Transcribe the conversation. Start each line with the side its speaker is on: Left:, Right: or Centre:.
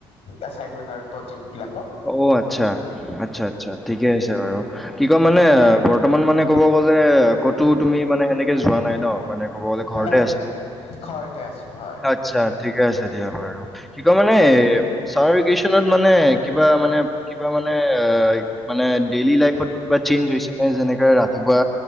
Left: এচাইনমেণ্টৰ- প্ৰজেক্টবিলাক-
Centre: অ আচ্ছা আচ্ছা আচ্ছা ঠিকে আছে বাৰু কি কম মানে বৰ্তমান মানে ক'ব গ'লে ক'তো তুমি মানে সেনেকে যোৱা নাই ন মানে ক'ব গ'লে ঘৰতে
Left: নাই
Centre: আছা
Left: নাই ঘৰতে আছো হয়
Centre: আচ্ছা ঠিকে আছে দিয়া বাৰু কি কয় মানে চামাৰ ভেকেশচনত মানে কিবা মানে কিবা মানে এ মানে ডেইলি লাইফত কিবা চেঞ্জ হৈছে নে যেনেকে ৰাতিপুৱা